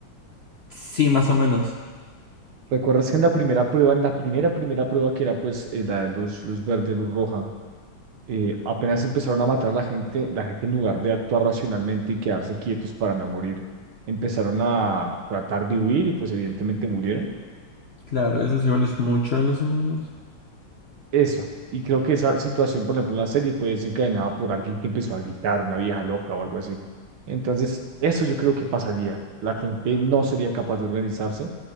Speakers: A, on the left (about 45°); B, on the right (about 75°).
A: Sí, más o menos.
B: ¿Recuerdas que en la primera prueba, en la primera, primera prueba que era pues eh, la de luz, luz verde, luz roja, eh, apenas empezaron a matar a la gente, la gente en lugar de actuar racionalmente y quedarse quietos para no morir, empezaron a tratar de huir y pues evidentemente murieron
A: Claro, eso igual es mucho de los humanos.
B: Eso. Y creo que esa situación, por ejemplo, en la serie fue desencadenada por alguien que empezó a gritar, una vieja loca o algo así. Entonces, eso yo creo que pasaría. La gente no sería capaz de organizarse